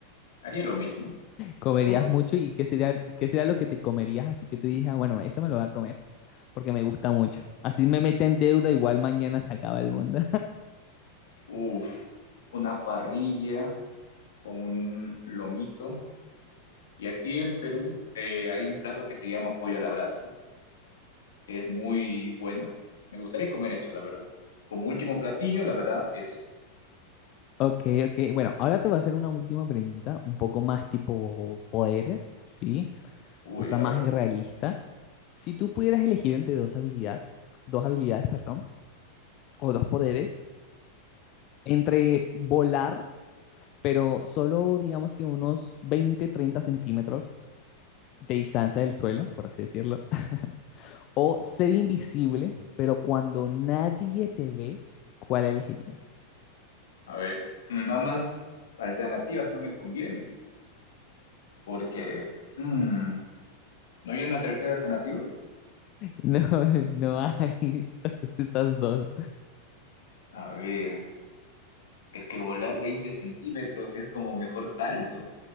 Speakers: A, on the left; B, on the left.
A: Haría lo mismo.
B: ¿Comerías
A: O,
B: mucho y qué sería, qué sería lo que te comerías? Así que tú dijeras, bueno, esto me lo voy a comer porque me gusta mucho. Así me mete en deuda, igual mañana se acaba el mundo.
A: uf, una parrilla con un lomito. Y aquí en Perú eh, hay un plato que se llama pollo a la brasa, que es muy bueno. Me gustaría comer eso, la verdad. Como último platillo, la verdad, eso.
B: Ok, ok. Bueno, ahora te voy a hacer una última pregunta, un poco más tipo poderes, ¿sí?
A: Uy,
B: Cosa
A: a
B: más
A: ver,
B: irrealista. Si tú pudieras elegir entre dos habilidades, dos habilidades, perdón, o dos poderes, entre volar, pero solo digamos que unos 20, 30 centímetros de distancia del suelo, por así decirlo, <laughs> o ser invisible, pero cuando nadie te ve, ¿cuál elegirías? <laughs>
A: a ver. Mm, Nada más alternativas no me convienen, porque... mm, ¿no hay una tercera alternativa?
B: No, no hay <laughs> solo esas dos.
A: A ver. Es que volar 20 centímetros es como mejor salto.